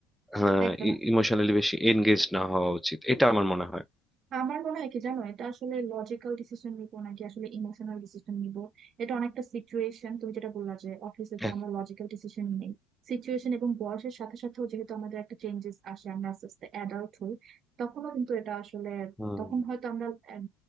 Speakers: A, in the centre; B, on the right (about 45°).
A: হ্যাঁ
B: একদম
A: ইমোশনালি বেশি এনগেজ না হওয়া উচিত এটা আমার মনে হয়
B: আমার মনে হয় কি জানো এটা আসলে লজিক্যাল ডিসিশন নিবো নাকি আসলে ইমোশনাল ডিসিশন নিব এটা অনেকটা সিচুয়েশন তুমি যেটা বললা যে অফিসে তো
A: এক-
B: আমরা লজিক্যাল ডিসিশন নেই সিচুয়েশন এবং বয়সের সাথে সাথেও যেহেতু আমাদের একটা চেঞ্জেস আসে আমরা আস্তে আস্তে অ্যাডাল্ট হই তখনও কিন্তু এটা আসলে
A: হুম
B: তখন হয়তো আমরা আহ,